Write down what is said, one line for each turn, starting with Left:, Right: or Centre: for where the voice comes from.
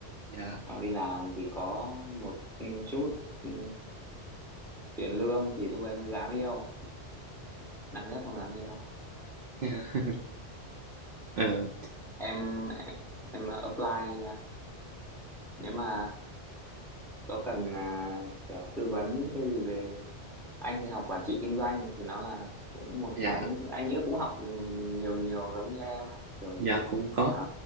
Right: dạ
Centre: bắt đầu đi làm thì có một ừ, chút ừ, tiền lương thì lúc ấy mới dám yêu năm nhất không dám yêu
Right: <laughs> dạ Ờ,
Centre: em em, em apply nếu mà có cần à, kiểu tư vấn cái gì về anh thì học quản trị kinh doanh thì nó là cũng một
Right: dạ
Centre: nhánh anh nghĩa cũng học nhiều nhiều giống như em á kiểu
Right: dạ cũng có
Centre: à,